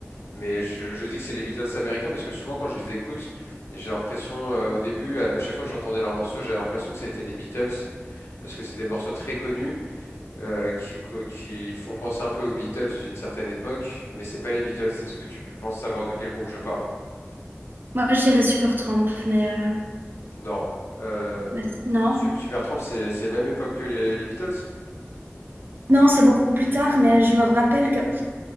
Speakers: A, on the left (about 75°); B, on the right (about 50°).
A: Mais je, je dis que c'est les Beatles américains parce que souvent quand je les écoute, j'ai l'impression, euh, au début, à chaque fois que j'entendais leurs morceaux, j'avais l'impression que c'était les Beatles parce que c'est des morceaux très connus euh, qui, qui font penser un peu aux Beatles d'une certaine époque, mais c'est pas les Beatles. Est-ce que tu penses savoir de quel groupe je parle?
B: Moi, je dirais Super Trump, mais, euh,
A: Non. Euh,
B: mais non.
A: Su- Supertramp, c'est c'est même époque que les, les Beatles?
B: Non, c'est beaucoup plus tard, mais je me rappelle que